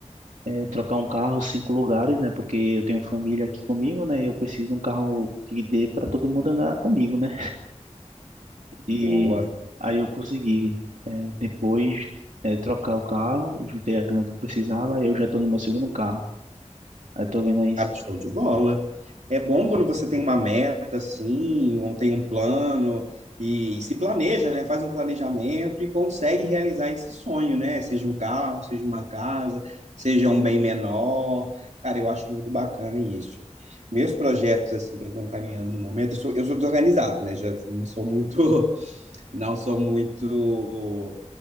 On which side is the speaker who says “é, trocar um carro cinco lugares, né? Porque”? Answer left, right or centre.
Right